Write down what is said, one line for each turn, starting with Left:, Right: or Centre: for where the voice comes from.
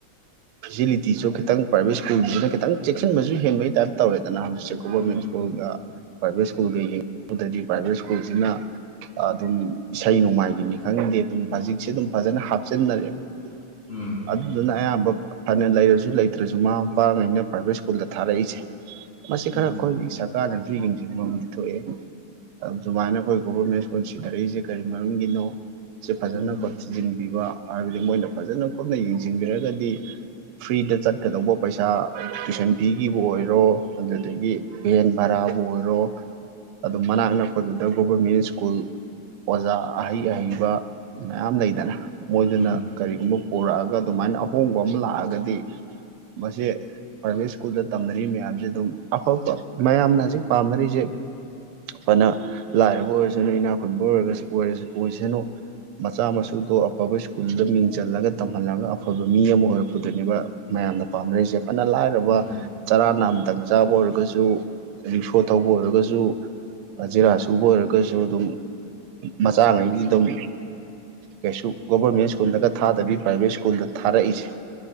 Right: ꯐꯦꯁꯤꯂꯤꯇꯤꯁꯨ ꯈꯤꯇꯪ ꯄ꯭ꯔꯥꯏꯚꯦꯠ ꯁ꯭ꯀꯨꯜꯁꯤꯅ ꯈꯤꯇꯪ ꯆꯦꯛꯁꯤꯟꯕꯁꯨ ꯍꯦꯟꯕꯒꯤ ꯇꯥꯏꯞ ꯇꯧꯔꯦꯗꯅ ꯍꯧꯖꯤꯛ꯫ ꯒꯣꯕꯔꯃꯦꯟ
Left: ꯎꯝ
Right: ꯁ꯭ꯀꯨꯜ ꯗ꯫ ꯄ꯭ꯔꯥꯏꯚꯦꯠ ꯁ꯭ꯀꯨꯜꯒ ꯌꯦꯡꯕꯗꯗꯤ ꯄ꯭ꯔꯥꯏꯚꯦꯠ ꯁ꯭ꯀꯨꯜꯁꯤꯅ ꯑꯗꯨꯝ, ꯏꯁꯩ ꯅꯣꯡꯃꯥꯏꯒꯤꯅꯤ ꯈꯪꯅꯤꯡꯗꯦ ꯑꯗꯨꯝ ꯍꯨꯖꯤꯛꯁꯦ ꯑꯗꯨꯝ ꯐꯖꯅ ꯍꯥꯞꯆꯤꯟꯅꯔꯛꯑꯦꯕ꯫
Left: ꯎꯝ
Right: ꯑꯗꯨꯗꯨꯅ ꯑꯌꯥꯝꯕ ꯐꯅ ꯂꯩꯔꯁꯨ ꯂꯩꯇ꯭ꯔꯁꯨ ꯃꯃꯥ ꯃꯄꯥꯒꯩꯅ ꯄ꯭ꯔꯥꯏꯚꯦꯠ ꯁ꯭ꯀꯨꯜꯗ ꯊꯥꯔꯛꯏꯁꯦ ꯃꯁꯤ ꯈꯔ
Left: ꯎꯝ
Right: ꯑꯩꯈꯣꯏꯒꯤ ꯏꯁꯠ - ꯀꯥꯔꯅꯁꯨ ꯌꯦꯡꯁꯤꯟꯕꯝꯗꯤ ꯊꯣꯛꯑꯦ ꯑꯗꯨꯃꯥꯏꯅ ꯑꯩꯈꯣꯏ ꯒꯣꯕꯔꯃꯦꯟ ꯁ꯭ꯀꯨꯜ ꯁꯤꯙꯔꯛꯏꯁꯦ ꯀꯔꯤ ꯃꯔꯝꯒꯤꯅꯣ ꯁꯤ ꯐꯖꯟꯅ
Left: ꯎꯝ
Right: ꯀꯣ- ꯊꯤꯖꯤꯟꯕꯤꯕ ꯍꯥꯏꯕꯗꯤ ꯃꯣꯏꯅ ꯐꯖꯟꯅ ꯀꯨꯞꯅ ꯌꯦꯡꯁꯤꯟꯕꯤꯔꯒꯗꯤ ꯐ꯭ꯔꯤꯗ ꯆꯠꯀꯗꯧꯕ ꯄꯩꯁꯥ ꯇꯨꯏꯁꯟ ꯐꯤꯒꯤꯕꯨ ꯑꯣꯏꯔꯣ ꯑꯗꯨꯗꯒꯤ ꯚꯦꯟ ꯚꯔꯥꯕꯨ ꯑꯣꯏꯔꯣ ꯑꯗꯨꯝ ꯃꯅꯥꯛ ꯅꯛꯄꯗꯨꯗ ꯒꯣꯕꯔꯃꯦꯟ ꯁ꯭ꯀꯨꯜ ꯑꯣꯖꯥ ꯑꯍꯩ ꯑꯍꯩꯕ꯫ ꯃꯌꯥꯝ ꯂꯩꯗꯅ, ꯃꯣꯏꯗꯅ
Left: ꯎꯝ
Right: ꯀꯔꯤꯒꯨꯝꯕ ꯄꯨꯔꯛꯑꯒ ꯑꯗꯨꯃꯥꯏꯅ ꯑꯍꯣꯡꯕ ꯑꯃ ꯂꯥꯛꯑꯒꯗꯤ, ꯃꯁꯦ ꯄ꯭ꯔꯥꯏꯚꯦꯠ ꯁ꯭ꯀꯨꯜꯗ ꯇꯝꯅꯔꯤ ꯃꯌꯥꯝꯁꯦ ꯑꯗꯨꯝ ꯑꯐꯕ ꯃꯌꯥꯝꯅ ꯍꯧꯖꯤꯛ ꯄꯥꯝꯅꯔꯤꯁꯦ, ꯐꯅ ꯂꯥꯏꯔꯕ ꯑꯣꯏꯔꯁꯅꯨ ꯏꯅꯥ ꯈꯨꯟꯕ ꯑꯣꯏꯔꯒꯁꯨ ꯑꯣꯏꯁꯅꯨ ꯃꯆꯥ ꯃꯁꯨꯗꯣ ꯑꯐꯕ ꯁ꯭ꯀꯨꯜꯗ ꯃꯤꯡꯁꯤꯜꯂꯒ ꯇꯝꯍꯜꯂꯒ ꯑꯐꯕ ꯃꯤ ꯑꯃ ꯑꯣꯏꯔꯛꯄꯗꯨꯅꯦꯕ꯫ ꯃꯌꯥꯝꯅ ꯄꯥꯝꯅꯔꯤꯁꯦ, ꯐꯅ ꯂꯥꯏꯔꯕ
Left: ꯎꯝ
Right: ꯆꯔꯥ ꯅꯥꯝꯇꯪ ꯆꯥꯕ ꯑꯣꯏꯔꯒꯁꯨ ꯔꯤꯛꯁꯣ ꯊꯧꯕ ꯑꯣꯏꯔꯒꯁꯨ꯫ ꯍꯖꯦꯔꯥ ꯁꯨꯕ ꯑꯣꯏꯔꯒꯁꯨ ꯑꯗꯨꯝ, ꯃꯆꯥ ꯉꯩꯗꯤ ꯑꯗꯨꯝ ꯀꯩꯁꯨ ꯒꯣꯕꯔꯃꯦꯟ ꯁ꯭ꯀꯨꯜꯗꯒ ꯊꯥꯗꯕꯤ ꯄ꯭ꯔꯥꯏꯕꯦꯠ ꯁ꯭ꯀꯨꯜꯗ ꯊꯥꯔꯛꯏꯁꯦ꯫